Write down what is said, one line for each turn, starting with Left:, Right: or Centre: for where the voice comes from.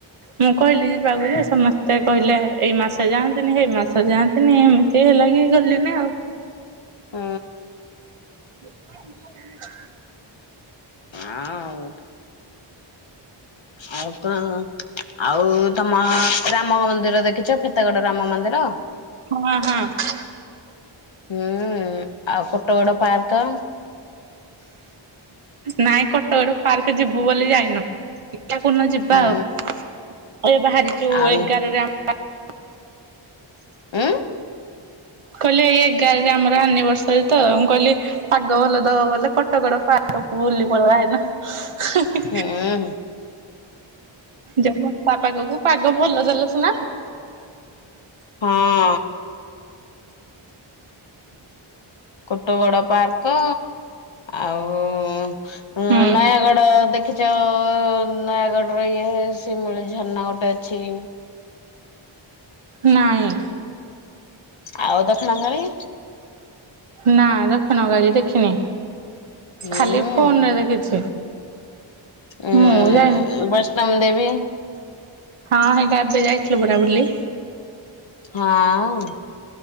Right: ମୁଁ କହିଲି ଯିବାକୁ ଯେ ସମସ୍ତେ କହିଲେ ଏଇ ମାସରେ ଯାଆନ୍ତିନି ସେଇ ମାସରେ ଯାଆନ୍ତିନି ଏମତି ସେହା ଲାଗି ଗଲି ନା ଆଉ।
Left: ହୁଁ
Right: <unintelligible>
Left: ଆଁ ଉଁ ଆଉ କଣ ଆଉ ତମ ରାମ ମନ୍ଦିର ଦେଖିଚ? ଫତେଗଡ ରାମ ମନ୍ଦିର।
Right: ହୁଁ ହୁଁ।
Left: ହୁଁ ଆଉ କୋଟଗଡ଼ ପାର୍କ।
Right: ନାଇଁ କୋଟଗଡ଼ ପାର୍କ ଯିବୁ ବୋଲି ଯାଇନୁ। ଦେଖିଆ କୋଉଦିନ ଯିବା
Left: ହୁଁ
Right: ଆଉ ଏ ବାହାରିଚୁ
Left: ଆଉ
Right: ଏଗାର ରେ ଆମ <unintelligible>
Left: ଉଁ
Right: କହିଲେ ଏଇ ଏଗାରରେ ଆମର ଆନିଭର୍ସରୀ ତ ମୁଁ କହିଲି ପାଗ ଭଲ ଦବ ବୋଲେ କୋଟଗଡ଼ ପାର୍କ ବୁଲି ପଳେଇବା ସେଦିନ।
Left: ହୁଁ।
Right: ଯେ ବର୍ଷା ପାଗକୁ ପାଗ ଭଲ ଦେଲେ ସିନା
Left: ହଁ। କୋଟଗଡ଼ ପାର୍କ ଆଉ ଅଁ
Right: ହୁଁ
Left: ନୟାଗଡ଼ ଦେଖିଚ ନୟାଗଡ଼ ର ଇଏ ଶିମିଳି ଝରଣା ଗୋଟେ ଅଛି।
Right: ନାଇଁ।
Left: ଆଉ ଦକ୍ଷିଣକାଳି?
Right: ନା ଦକ୍ଷିଣ କାଳି ଦେଖିନି
Left: ହୁଁ
Right: ଖାଲି ଫୋନ ରେ ଦେଖିଛି।
Left: ଉଁ
Right: ମୁଁ ଯାଇନି
Left: ବୈଷ୍ଣବୀ ଦେବୀ?
Right: ହଁ ହେଇଟା ଏବେ ଯାଇଥିଲୁ ପରା ବୁଲି।
Left: ହଁ